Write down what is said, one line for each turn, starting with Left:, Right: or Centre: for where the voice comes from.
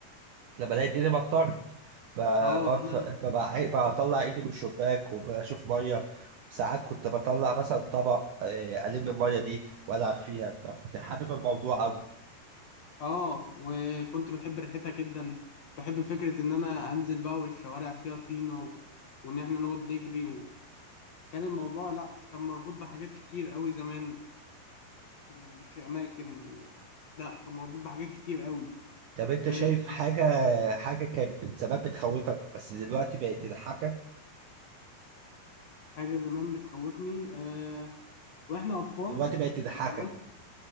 Right: لما الاقي الدنيا مطرت ب-
Left: اه
Right: بف-
Left: انا
Right: ب- بع- بطلع ايدي من الشباك وبشوف ميه وساعات كنت بطلع مثلا طبق آه، الم الميه دي والعب فيها فكنت حابب الموضوع قوي
Left: اه وكنت بحب ريحتها جدا بحب فكره ان انا انزل بقى والشوارع فيها طينه و... وان احنا نقعد نجري و... كان الموضوع لا كان مربوط بحاجات كتير قوي زمان يعني مش اماكن و... لا كان مربوط بحاجات كتير قوي
Right: طب انت
Left: غير
Right: شايف
Left: الاماكن
Right: حاجه حاجه كانت زمان بتخوفك بس دلوقتي بقت تضحكك
Left: حاجه زمان بتخوفني آه... واحنا اطفال
Right: ودلوقتي بقت
Left: يعني
Right: تضحك
Left: زمان